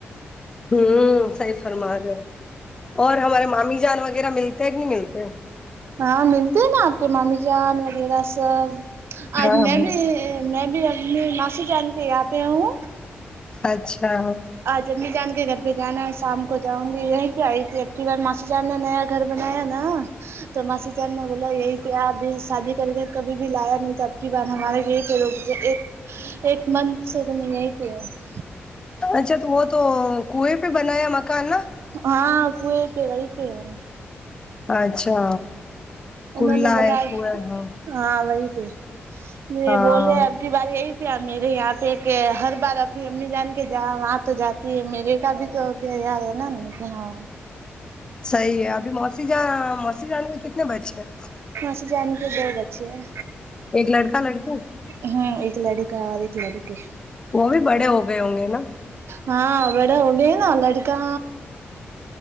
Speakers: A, on the left (about 20°); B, on the right (about 65°).
A: ہوں صیح فرما رہے اور ہمارے مامی جان وغیرہ ملتے ہیں کہ نہیں ملتے
B: ہاں ملتے ہیں نا آپ کے مامی جان وغیرہ سب آج
A: ہاں
B: میں
A: ہاں
B: بھی میں بھی اپنی ماسی جان کے آاں پہ ہوں
A: اچھا
B: ا امی جان کے گھر پہ جانا ہے شام کو جاؤں گی یہیں پہ آئی تھی اب کی بار ماسی جان نے نیا گھر بنایا نا تو ماسی جان نے بولا یہی کیا ابھی شادی کر کے کبھی بھی لایا نہیں تو اب کی بارہمارے یہ لو ایک ایک منتھ سے تو میں یہیں پہ ہ
A: اچھا تو وہ تو کنویں پہ بنایا مکان نا
B: ہاں کنویں پہ وہی پہ ہے
A: اچھا کلا
B: انہوں نے بولا
A: ہے ک ہاں
B: ہاں وہی تھی یہ
A: ہاں
B: بولے اب کی بار یہی پہ میرے یہاں پہ کہ ہر بار ابھی امی جان کے جا وہاں تو جاتے یہ میرے کا بھی تو کیا یار ہے نا ہاں
A: صحیح ہے ابھی موسی جا موسی جان ے کے کتنے بچے ہیں
B: موسی جان کے دو بچے ہیں
A: ایک لڑکا لڑکی
B: ہمم ایک لڑکا اور ایک لڑکی
A: وہ بھی بڑے ہو گئے ہوں گے نا
B: ہا بڑے ہونگے ہی نا لڑ کا